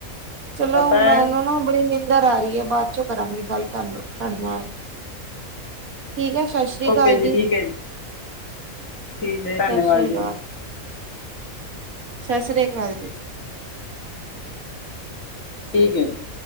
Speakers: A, on the right; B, on the left.
A: ਚਲੋ
B: ਪਤਾ
A: ਮੈਨੂੰ
B: ਹੈ
A: ਨਾ ਬੜੀ ਨਿੰਦ ਨੀਦਰ ਆ ਰਹੀ ਹੈ ਬਾਅਦ ਚੋਂ ਕਰਾਂਗੇ ਗੱਲ ਤੁਹਾਨੂੰ ਤੁਹਾਡੇ ਨਾਲ ਠੀਕ ਹੈ ਸਤਿ ਸ਼੍ਰੀ ਅਕਾਲ
B: ਓਕੇ
A: ਜੀ,
B: ਠੀਕ ਹੈ ਠੀਕ ਹੈ ਧੰਨਵਾਦ
A: ਸਤਿ ਸ੍ਰੀ ਅਕਾਲ।
B: ਜੀ
A: ਸਤਿ ਸ੍ਰੀ ਅਕਾਲ ਜੀ।
B: ਠੀਕ ਹੈ ਜੀ।